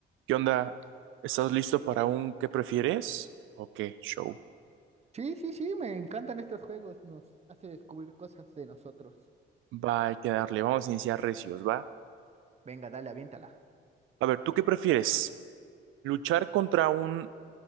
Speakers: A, on the right; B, on the right.
A: ¿Qué onda? ¿Estás listo para un qué prefieres? ¿O qué show?
B: Sí, sí, sí, me encantan estos juegos, nos hace descubrir cosas de nosotros.
A: Va, hay que darle. Vamos a iniciar recios, ¿va?
B: Venga, dale, aviéntala.
A: A ver, ¿tú qué prefieres? ¿Luchar contra un